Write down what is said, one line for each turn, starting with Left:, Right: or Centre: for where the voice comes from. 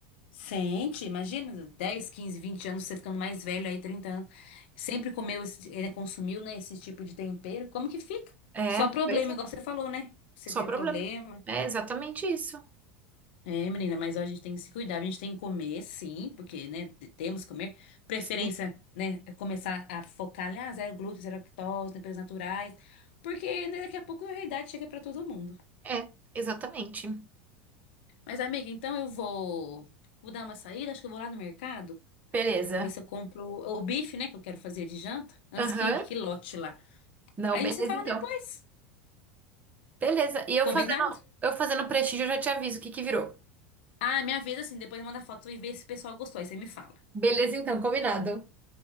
Left: Sente, imagina, 10, 15, 20 anos, você ficando mais velho aí, 30 anos, sempre comeu, esse, ele consumiu, né, esse tipo de tempero, como que fica?
Right: É,
Left: Só problema,
Right: pois
Left: igual
Right: é.
Left: você falou, né? Você
Right: Só
Left: teve
Right: problema.
Left: problema.
Right: É exatamente isso.
Left: É, menina, mas ó, a gente tem que se cuidar, a gente tem que comer, sim, porque, né, de- temos que comer. Preferência,
Right: Sim,
Left: né, é começar a focar, né, ah, zero glúten, zero lactose, temperos naturais, porque, né, daqui a pouco a realidade chega pra todo mundo.
Right: é, exatamente.
Left: Mas, amiga, então eu vou, vou dar uma saída, acho que eu vou lá no mercado,
Right: Beleza.
Left: Vou ver se eu compro o bife, né, que eu quero fazer de janta, antes
Right: Aham.
Left: que, que lote lá.
Right: Não,
Left: Aí a
Right: beleza
Left: gente se fala
Right: então.
Left: depois.
Right: Beleza. E eu fazendo,
Left: Combinado?
Right: eu fazendo prestígio, eu já te aviso o que que virou.
Left: Ah, minha vida assim, depois manda foto e vê se o pessoal gostou. Aí você me fala.
Right: Beleza, então, combinado.